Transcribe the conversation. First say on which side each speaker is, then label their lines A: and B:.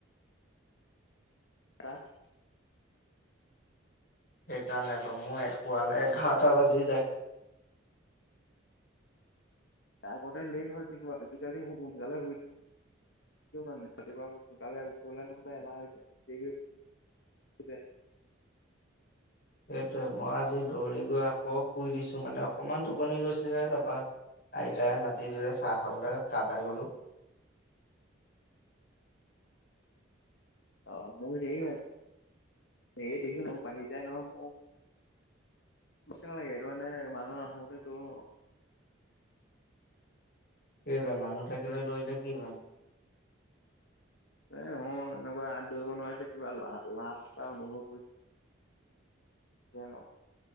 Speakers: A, on the left; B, on the left.
A: ক <unintelligible>
B: সেইকাৰণে আৰু মোৰ শুৱালে এঘাৰটা বাজি যায়।
A: আগতে লেট হয় কিন্তু আজিকালি সোনকালে শুই মানে ৰাতিপুৱা সোনকালে উঠিবলে নহলে এলাহ হৈ যায় য ঠিকে।
B: সেইটয়ে মই আজি দৌৰি গৈ আকৌ শুই দিছো মানে অকমান টোপনি গৈছিলে তাৰাপা আইতাই মাটি দিলে চাহ খাবলৈ হাড় পাই গলো।
A: অ মোৰ হেৰী <unintelligible> স দেছো মোৰ বাঢ়ি যায় ন নি লাগেটো মানে মানুহ দো <unintelligible>
B: কেলে মানুহ থাকিলে দৌৰিলে কি হয়?
A: এ নহয় এনেকুৱা দৌৰিব নোৱাৰিলে কিবা লা লাজটা অনুভৱ কৰি জনো।